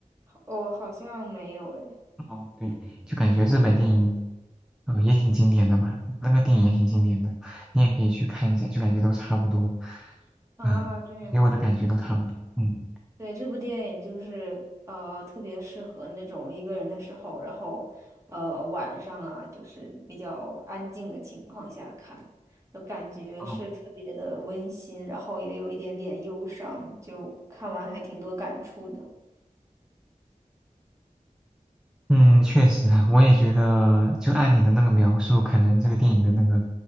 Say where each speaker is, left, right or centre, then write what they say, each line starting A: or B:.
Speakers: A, on the right; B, in the centre.
A: 哦，好像没有诶。
B: 哦，对，就感觉日本电影，呃，也挺经典的吧，那个电影也挺经典的，你也可以去看一下，就感觉都差不多，
A: 啊，
B: 啊，
A: 这样子。
B: 给我的感觉都差不多，嗯。
A: 对，这部电影就是呃特别适合那种一个人的时候，然后呃晚上啊，就是比较安静的情况下看，就感觉是特别的温馨，
B: 哦。
A: 然后也有一点点忧伤，就看完还挺多感触的。
B: 嗯，确实，我也觉得，就按你的那个描述，可能这个电影的那个